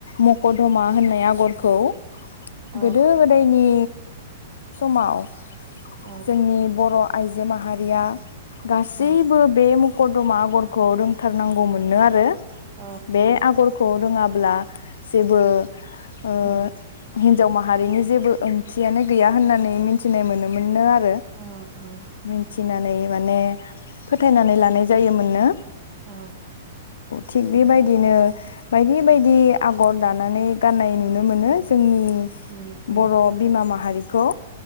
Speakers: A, on the left; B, on the right.
A: मक'दमा होननाय आगरखौ
B: औ
A: गोदो गोदायनि समाव
B: औ
A: जोंनि बर' आयजो माहारिया गासैबो
B: औ
A: बेमुख करदमा आगरखौ रोंथारनांगौ मोनो आरो
B: औ
A: बे आगरखौ रोङाब अब्ला जेबो ओ
B: औ
A: हिनजाव माहारिनि जेबो ओंथियानो गैया होननानै मिथिनाय मोनोमोननो आरो
B: ओ ओ
A: मिथिनानै माने फोथायनानै लानाय जायोमोननो।
B: औ
A: थिग
B: उम
A: बेबायदिनो बायदि बायदि आगर दानानै गाननाय नुनो मोनो जोंनि
B: उम उम
A: बर' बिमा माहारि खौ।